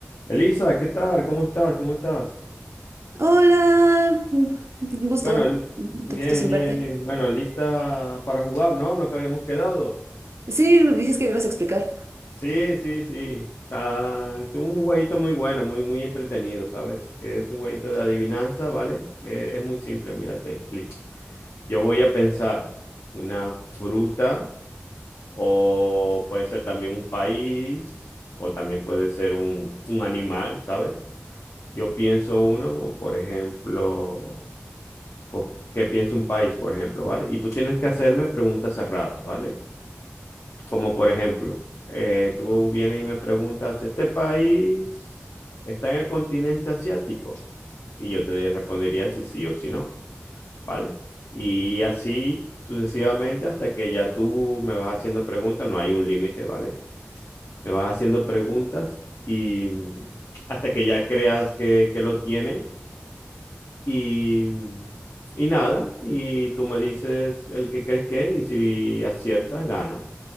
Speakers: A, on the left; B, on the right.
A: Elisa, ¿qué tal? ¿Cómo estás? ¿Cómo estás?
B: Hola, mm, un gusto,
A: Bueno, li-
B: un
A: bien,
B: ratito sin
A: bien,
B: verte.
A: bien. Bueno, lista para jugar, ¿no? Lo que habíamos quedado.
B: Sí, dices que me ibas a explicar.
A: Sí, sí, sí. Está, es un jueguito muy bueno, muy, muy entretenido, ¿sabes? Es un jueguito de adivinanza, ¿vale? Eh, Es, muy simple, mira, te explico. Yo voy a pensar una fruta o puede ser también un país o también puede ser un, un animal, ¿sabes? Yo pienso uno, por ejemplo... po- qué piensa un país, por ejemplo, ¿vale? Y tú tienes que hacerme preguntas cerradas, ¿vale? Como por ejemplo, eh, tú vienes y me preguntas, ¿este país está en el continente asiático? Y yo te respondería si sí o si no, ¿vale? Y así sucesivamente hasta que ya tú me vas haciendo preguntas, no hay un límite, ¿vale? Me vas haciendo preguntas y mm, hasta que ya creas que, que lo tienes Y, mm, y nada, y tú me dices el que crees que es, y si aciertas, ganas.